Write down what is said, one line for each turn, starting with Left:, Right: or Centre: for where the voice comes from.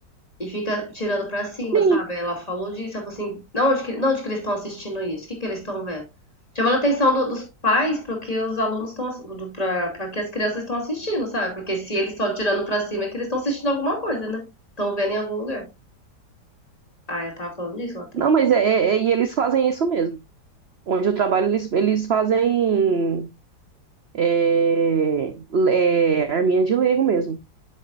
Left: E fica tirando pra cima,
Right: sim.
Left: sabe? Ela falou disso, ela falou assim, não, onde que, não, onde que eles estão assistindo isso? O que que eles estão vendo? Chamando a atenção do- dos pais para que os alunos estão, ass- do- pra para que as crianças estão assistindo, sabe? Porque se eles estão tirando pra cima é que eles estão assistindo alguma coisa, né? Estão vendo em algum lugar. Ah, eu tava falando disso lá também.
Right: Não, mas é, é- é- e eles fazem isso mesmo. Onde eu trabalho, eles, eles fazem é, é, arminha de Lego mesmo.